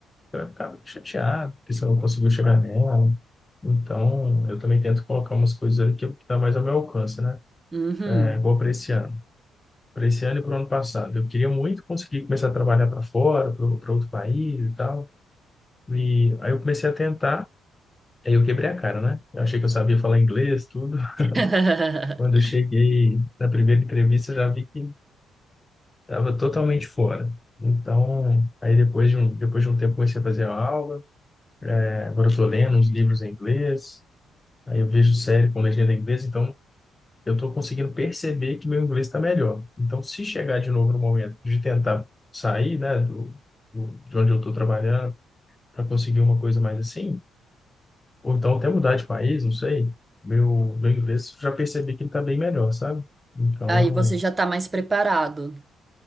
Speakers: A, on the left; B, on the right.
A: você vai ficar muito chateado, porque você não conseguiu chegar nela. Então, eu também tento colocar umas coisas ali que que tá mais ao meu alcance, né?
B: Uhum.
A: É, igual para esse ano. para esse ano e para o ano passado. Eu queria muito conseguir começar a trabalhar para fora, para outro país e tal. E aí eu comecei a tentar, aí eu quebrei a cara, né? Eu achei que eu sabia falar inglês, tudo. <laughs>
B: <laughs>
A: Quando eu cheguei na primeira entrevista, eu já vi que estava totalmente fora. Então, aí depois de um, depois de um tempo comecei a fazer aula. É, Agora eu estou lendo uns livros em inglês, aí eu vejo série com legenda em inglês, então eu estou conseguindo perceber que meu inglês está melhor. Então, se chegar de novo no momento de tentar sair, né, do, do- de onde eu estou trabalhando, para conseguir uma coisa mais assim, ou então até mudar de país, não sei, meu, meu inglês já percebi que ele está bem melhor, sabe? Então,
B: Aí você já tá mais preparado.